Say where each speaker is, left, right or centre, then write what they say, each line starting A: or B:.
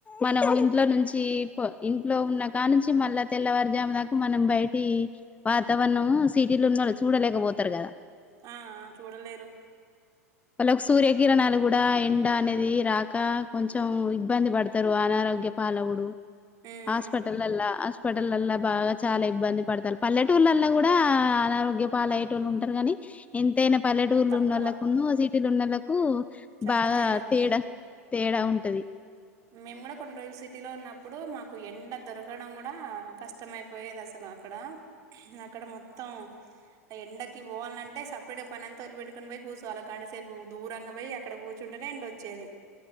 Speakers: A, on the left; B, on the right.
A: మనం ఇంట్లో నుంచి ఇంట్లో ఉన్న కా నుంచి మళ్ళా తెల్లవారు జాము దాకా మనం బయటి వాతావరణం సిటీలో ఉన్నోళ్ళు చూడలేకపోతరు కదా
B: ఆ ఆ చూడలేరు
A: వాళ్ళకు సూర్యకిిరణాలు కూడా ఎండ అనేది రాక కొంచెం ఇబ్బంది పడతారు ఆన రోగ్య పాలవుడు
B: ఉమ్
A: హాస్పిటలల్లా హాస్పిటలల్లా బాగా చాలా ఇబ్బంది పడతారు పల్లెటూర్లలో కూడా అనారోగ్య పాలయెటోళ్ళు ఉంటరు కాని ఎంతైనా పల్లెటూరులో
B: తక్కువ
A: ఉన్నోళ్ళకన్ను న్నోలకు
B: చాలా
A: బాగా తేడా
B: ఉన్నది
A: తేడా ఉంటది
B: మేము కూడా కొన్ని రోజులు సిటీలో ఉన్నప్పుడు మాకు ఎండ దొరకడం కూడా కష్టమైపోయేది అసలు అక్కడ అక్కడ మొత్తం ఎండకి పోవాల్నంటే సపరేట్గా పనంత వదిలిపెటుకొని పోయి కూర్చోవాల గంటసేపు దూరంగా పోయి అక్కడ కూర్చుంటేనే ఎండొచ్చేది